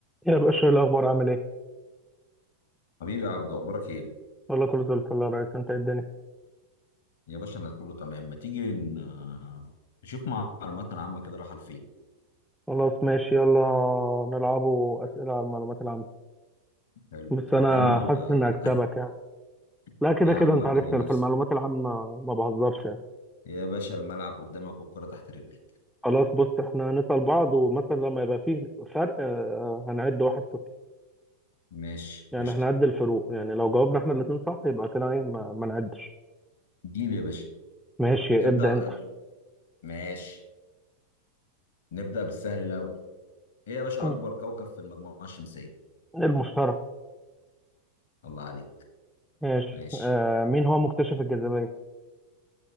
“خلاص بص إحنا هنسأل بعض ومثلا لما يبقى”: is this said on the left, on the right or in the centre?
Centre